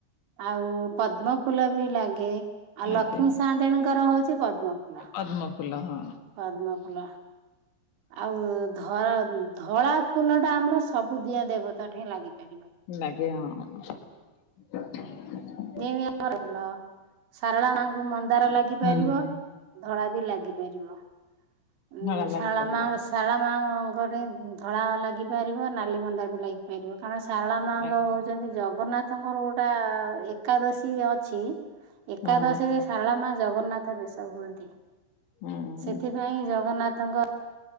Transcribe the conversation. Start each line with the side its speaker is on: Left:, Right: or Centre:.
Right: ଆଉ ପଦ୍ମ ଫୁଲ ବି ଲାଗେ ଆଉ
Left: ଲାଗେ
Right: ଲକ୍ଷ୍ମୀ ସାନ୍ତେଣୀଙ୍କର ହଉଛି ପଦ୍ମ ଫୁଲ।
Left: ପଦ୍ମ ଫୁଲ ହଁ।
Right: ପଦ୍ମ ଫୁଲ। ଆଉ ଧରା ଧଳା ଫୁଲ ଟା ଆମର ସବୁ ଦିଅଁ ଦେବତା ଠେଇଁ ଲାଗ ଇପାରିବ।
Left: ଲାଗେ ହଁ। ଆଛାା
Right: ଯେମତି ଆମର ଫୁଲ ଶାରଳା ମାଆଙ୍କୁ ମନ୍ଦାର ଲାଗିପାରିବ।
Left: ହୁଁ
Right: ଧଳା ବି ଲାଗିପାରିବ ଉଁ
Left: ଧଳା ଲାଗିପାରିବ।
Right: ଶାରଳା ମାଆ ଶାରଳା ମାଆଙ୍କ ଠେଇ ଧଳା ଲାଗିପାରିବ ନାଲି ମନ୍ଦାର ବି ଲାଗିପାରିବ। କାରଣ ଶାରଳା ମାଆଙ୍କ
Left: ଲାଗି
Right: ହଉଚନ୍ତି
Left: ପାରିବେ।
Right: ଜଗନ୍ନାଥଙ୍କର ଗୋଟା ଏକାଦଶୀ ଅଛି ଏକାଦଶୀରେ
Left: ହଁ
Right: ଶାରଳା ମାଆ ଜଗନ୍ନାଥ ବେଶ ହୁଅନ୍ତି।
Left: ହଁ।
Right: ସେଥିପାଇଁ ଜଗନ୍ନାଥଙ୍କ